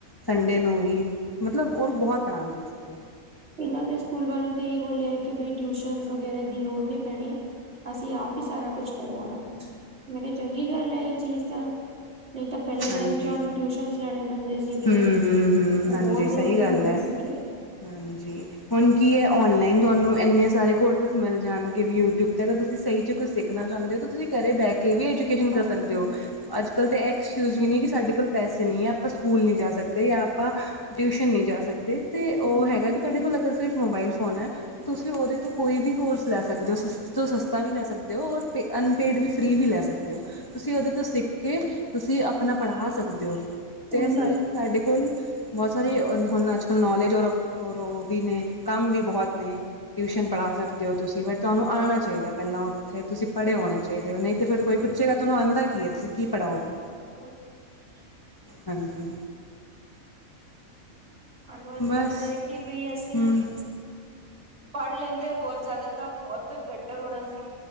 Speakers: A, on the left; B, on the right.
A: ਸੰਡੇ ਨੂੰ ਵੀ, ਮਤਲਬ ਉਹ ਨਾਂ ਬਹੁਤ ਪੜ੍ਹਾਉਂਦੇ ਸੀਗੇ
B: ਇਹਨਾਂ ਦੇ ਸਕੂਲ ਵਾਲਿਆਂ ਤੇ ਇਹੀ ਬੋਲਿਆ ਕਿ ਬ ਟਿਊਸ਼ਨ ਵਗੈਰਾ ਦੀ ਲੋੜ ਨੀਂ ਪੈਣੀ ਅਸੀਂ ਆਪ ਹੀ ਸਾਰਾ ਕੁੱਛ ਕਰਵਾਉਣਾਂ, ਮੈਂ ਕਿਹਾਂ ਚੰਗੀ ਗੱਲ ਹੈ ਇਹ ਚੀਜ਼ ਤਾਂ ਨਹੀਂ ਤਾਂ ਪਹਿਲੇ
A: ਹਾਂਜੀ
B: ਟਾਈਮ ਚ ਸਾਂਨੂੰ ਟਿਊਸ਼ਨ ਲੈਣੇ ਪੈਂਦੇ ਸੀਗੇ,
A: ਹੂੰ ਹੂੰ ਹੂੰ
B: ਉਹ
A: ਹਾਂਜੀ
B: ਬਹੁਤ ਜ਼ਰੂਰੀ
A: ਸਹੀ ਗੱਲ
B: ਹੁੰਦੇ
A: ਹੈ
B: ਸੀਗੇ
A: ਹਾਂਜੀ ਹੁਣ ਕੀ ਇਹ ਔਨਲਾਈਨ ਤੁਹਾਨੂੰ ਇੰਨੇ ਸਾਰੇ ਕੋਰਸਿਸ ਮਿਲ ਜਾਣਗੇ ਯੂਟਿਊਬ ਤੇ ਅਗਰ ਤੁਸੀਂ ਸਹੀ ਚ ਕੁਛ ਸਿੱਖਣਾ ਚਾਹੁੰਦੇ ਹੋ ਤਾਂ ਤੁਸੀਂ ਘਰੇ ਬਹਿ ਕੇ ਵੀ ਐਜੂਕੇਸ਼ਨ ਕਰ
B: ਹਾਂਜੀ
A: ਸਕਦੇ ਹੋ, ਅੱਜ ਕੱਲ ਤਾਂ ਐਕਸਕਿਊਜ ਵੀ ਨਹੀਂ ਕਿ ਸਾਡੇ ਕੋਲ ਪੈਸੇ ਨਹੀਂ ਹੈ ਆਪਾਂ ਸਕੂਲ ਨਹੀਂ ਜਾ ਸਕਦੇ ਜਾਂ ਆਪਾਂ ਟਿਊਸ਼ਨ ਨਹੀਂ ਜਾ ਸਕਦੇ ਤੇ ਉਹ
B: ਹਮ,
A: ਹੈਗਾ ਕਿ ਤੁਹਾਡੇ ਕੋਲ਼ ਅਗਰ ਸਿਰਫ ਮੋਬਾਈਲ ਫੋਨ ਹੈ, ਤੁਸੀਂ ਉਹਦੇ ਤੋਂ ਕੋਈ ਵੀ ਕੋਰਸ ਲੈ ਸਕਦੇ ਹੋ ਸਸਤਾ ਤੋਂ ਸਸਤਾ ਵੀ ਲੈ ਸਕਦੇ ਹੋ ਔਰ ਅਨਪੇਡ ਵੀ ਫ੍ਰੀ ਵੀ ਲੈ ਸਕਦੇ ਹੋ ਤੁਸੀਂ ਉਹਦੇ ਤੋਂ ਸਿੱਖ ਕੇ ਤੁਸੀਂ ਆਪਣਾ ਪੜ੍ਹਾ ਸਕਦੇ ਹੋ ਤੇ
B: ਉਹੀ
A: ਸਾਰੇ ਸਾਡੇ ਕੋਲ ਬਹੁਤ ਸਾਰੇ ਹੁਣ ਅੱਜ ਕੱਲ੍ਹ ਨੌਲੇਜ ਔਰ, ਔਰ ਉਹ ਵੀ ਨੇ ਕੰਮ ਵੀ ਬਹੁਤ ਨੇ ਟਿਊਸ਼ਨ ਪੜ੍ਹਾ ਸਕਦੇ ਹੋ ਤੁਸੀਂ ਬਟ ਤੁਹਾਨੂੰ ਆਉਣਾ ਚਾਹੀਦਾ ਪਹਿਲਾਂ ਉੱਥੇ ਤੁਸੀਂ ਪੜ੍ਹੇ ਹੋਣੇ ਚਾਹੀਦੇ ਹੋ ਨਹੀਂ ਤਾਂ ਫਿਰ ਕੋਈ ਜਿਹੜਾ ਤੁਹਾਨੂੰ ਆਉਂਦਾ ਕੀ ਹੈ ਤੁਸੀਂ ਕੀ ਪੜ੍ਹਾਓਗੇ
B: <inaudible> <inaudible>
A: ਹਾਂਜੀ
B: ਸਾਨੂੰ ਅੱਜ
A: ਬਸ
B: ਲੱਗਦਾ ਹੈ ਕਿ ਬਈ ਅਸੀਂ
A: ਹਮ
B: ਪੜ੍ਹ ਲੈਂਦੇ ਹੋਰ ਜ਼ਿਆਦਾ ਤਾਂ ਬਹੁਤ ਬੈਟਰ ਹੋਣਾਂ ਸੀ